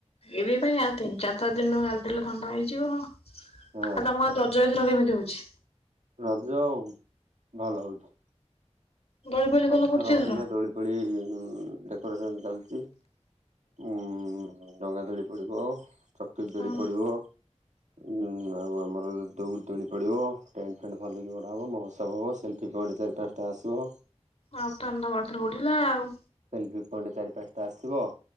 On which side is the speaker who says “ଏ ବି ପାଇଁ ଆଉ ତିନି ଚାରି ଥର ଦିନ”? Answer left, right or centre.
Left